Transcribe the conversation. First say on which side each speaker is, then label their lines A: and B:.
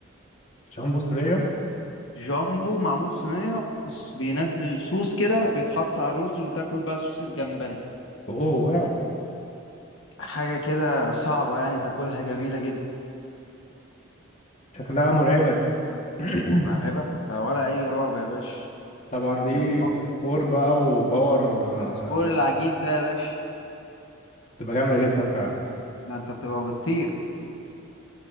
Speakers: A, on the left (about 35°); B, on the left (about 70°).
A: شامبو صينيه
B: جامبو معمول صينيه بس بينزل الصوص كده بيتحط على الرز وتاكل بقى صوص الجمبري
A: اوه واو
B: حاجه كده صعبه يعني تاكلها جميله جدا
A: شكلها مرعبه دي <coughs>
B: مرعبه لا ولا اي رعب يا باشا
A: طبعا دي
B: كانت تحفه
A: في سكور بقى وباور ما-
B: بس فوق
A: ما-
B: العجيب ده يا باشا
A: تبقى جامده جدا فعلا
B: ده انت بتبقى بتطير